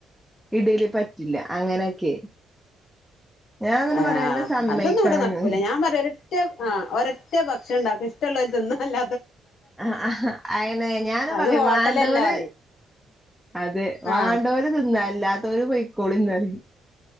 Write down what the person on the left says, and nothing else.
ആ
അതൊന്നും ഇവിടെ നടക്കൂല ഞാൻ പറയാ ഒരറ്റ ആ ഒരാ റ്റ ഭക്ഷണം ഉണ്ടാക്കും ഇഷ്ടമുള്ളോര് തിന്ന് അല്ല
അത്
ഹോട്ടലല്ലാ
പറയും
ആഹ്